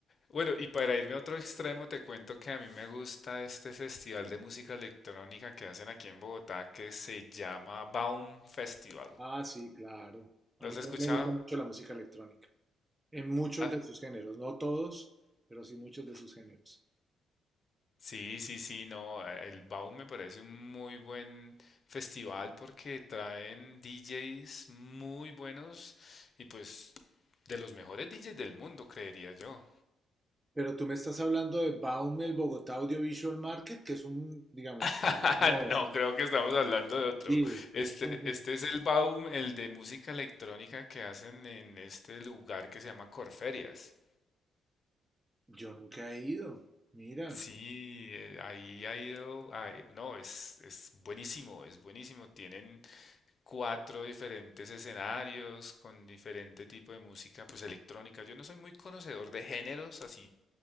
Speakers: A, on the left; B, on the right.
A: Bueno, y para irme a otro extremo, te cuento que a mí me gusta este festival de música electrónica que hacen aquí en Bogotá que se llama Baum Festival.
B: Ah, sí, claro. A
A: ¿Lo
B: mí
A: has
B: también
A: escuchado?
B: me gusta mucho la música electrónica, en muchos
A: Ah,
B: de sus géneros, no todos, pero sí muchos de sus géneros.
A: sí, sí, sí, no, eh, el Baum me parece un muy buen festival porque traen DJs muy buenos y pues de los mejores DJs del mundo, creería yo.
B: Pero tú me estás hablando de Baumel Bogotá Audiovisual Market, que es un, digamos,
A: <laughs>
B: no,
A: No, creo que estamos hablando de otro.
B: sí, es-
A: Este,
B: es un-
A: este es el Baum, el de música electrónica que hacen en este lugar que se llama Corferias.
B: yo nunca he ido. Mira,
A: Sí, eh, ahí ha ido, ay, no, es, es buenísimo, es buenísimo. Tienen cuatro diferentes escenarios con diferente tipo de música, pues electrónica. Yo no soy muy conocedor de géneros así